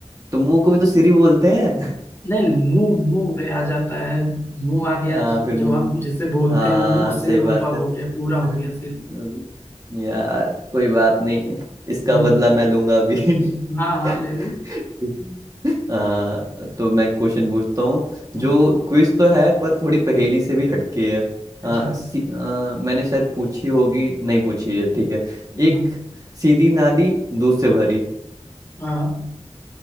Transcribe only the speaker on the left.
नहीं नहीं मुंह मुंह पे आ जाता है मुंह
आ गया
जो
जो हम जिसे बोलते
हैं वो मुंह
सिर
ऊपर हो
गया पूरा हो गया सिर
हम्म,
<laughs> हाँ हाँ ले लो
हम्म,
अच्छा
हम्म,
हाँ हाँ।